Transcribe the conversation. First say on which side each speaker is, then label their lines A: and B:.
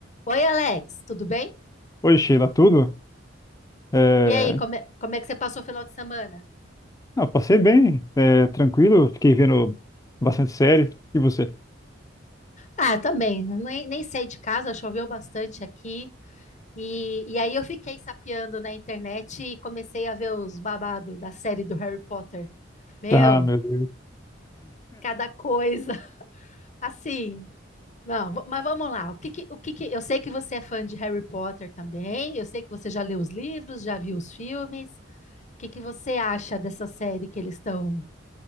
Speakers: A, on the left (about 40°); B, on the left (about 20°).
A: Oi, Alex, tudo bem?
B: Oi, Sheila, tudo? É...
A: E aí, como é, como é que você passou o final de semana?
B: Ah, passei bem, é, tranquilo, fiquei vendo bastante série. E você?
A: Ah, eu também, nem, nem saí de casa, choveu bastante aqui. E, e aí eu fiquei sapeando na internet e comecei a ver os babados da série do Harry Potter. Meu,
B: Ah, <laughs> meu Deus.
A: cada coisa, <laughs> assim. Não, v- mas vamos lá. O que que- o que que, eu sei que você é fã de Harry Potter também, eu sei que você já leu os livros, já viu os filmes. O que que você acha dessa série que eles estão